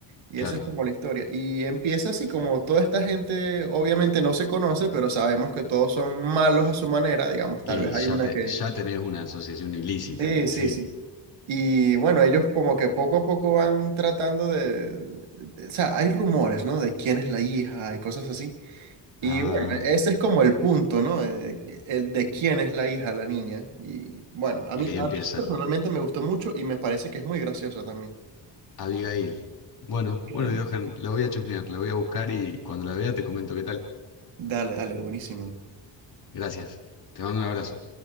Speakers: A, on the right; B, on the left.
A: Y
B: claro.
A: esa es como la historia. Y empieza así como toda esta gente obviamente no se conoce, pero sabemos que todos son malos a su manera, digamos,
B: Y
A: tal vez hay
B: ya,
A: una
B: te,
A: que...
B: ya tenés una asociación ilícita
A: Sí,
B: ahí,
A: sí,
B: sí.
A: sí. Y bueno, ellos como que poco a poco van tratando de... de- O sea, hay rumores, ¿no? De quién es la hija y cosas así. Y
B: Ah,
A: bueno, ese es como el punto, ¿no? Eh, El de quién es la hija, la niña. Y bueno, a
B: y
A: mí,
B: ahí
A: a
B: empieza.
A: mí personalmente me gustó mucho y me parece que es muy graciosa también.
B: Abigail. Bueno,
A: Ahí.
B: bueno, Johan, la voy a chusmear, la voy a buscar y cuando la vea te comento qué tal.
A: Dale, dale, buenísimo.
B: Gracias. Te mando un abrazo.